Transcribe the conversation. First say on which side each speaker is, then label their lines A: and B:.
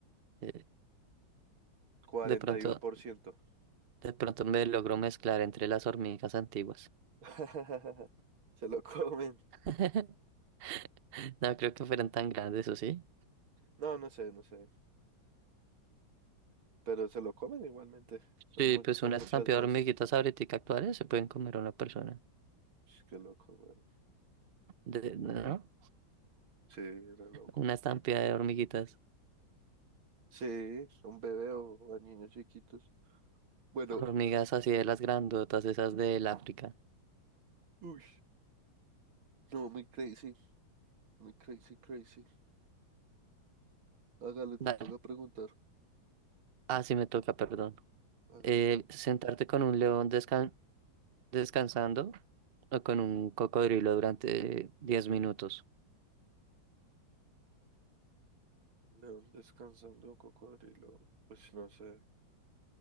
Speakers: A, on the right; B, on the right.
A: Eh,
B: cuarenta
A: de pronto,
B: y uno por ciento
A: de pronto me logro mezclar entre las hormigas antiguas.
B: <laughs> Se lo comen.
A: <laughs> No creo que fueran tan grandes, ¿o sí?
B: No, no sé, no sé. Pero se lo comen igualmente. Son,
A: Sí,
B: mu-
A: pues
B: son
A: una
B: muchas
A: estampida
B: más.
A: de hormiguitas ahorita actuales se pueden comer a una persona.
B: Sh, Qué loco, güey.
A: De- ¿no?
B: Sí, re loco.
A: Una estampida de hormiguitas.
B: Sí, un bebé o a niños chiquitos. Bueno,
A: Hormigas así de las grandotas, esas del África.
B: uy, no, muy crazy, muy crazy, crazy. Hágale, te
A: Dale.
B: toca preguntar.
A: Ah, sí me toca, perdón.
B: Hágala.
A: eh, sentarte con un león descan- descansando o con un cocodrilo durante 10 minutos.
B: León descansando, un cocodrilo. Pues no sé.